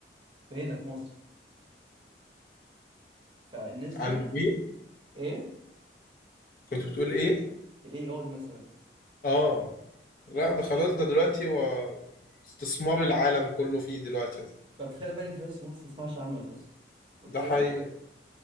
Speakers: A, on the right; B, on the left.
A: فهنا في مصر فالناس دي
B: عن مين
A: ايه
B: كنت بتقول ايه
A: الاي اي مثلا
B: اه لا ده خلاص ده دلوقتي هو استثمار العالم كله فيه دلوقتي
A: طب تخيل بقى إن في ناس في مصر ما تسمعش عنه اساسا متخيل
B: ده حقيقي